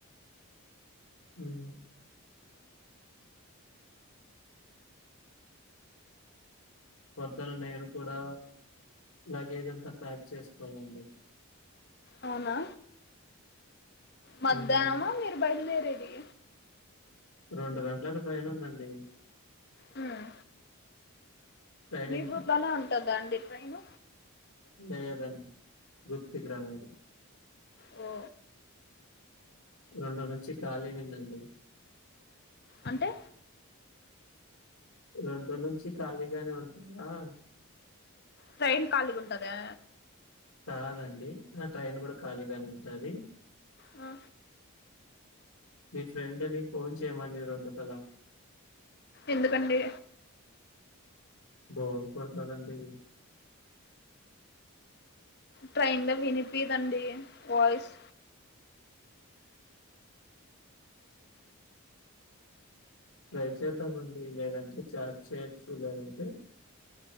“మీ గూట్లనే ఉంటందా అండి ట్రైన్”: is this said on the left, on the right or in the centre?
Left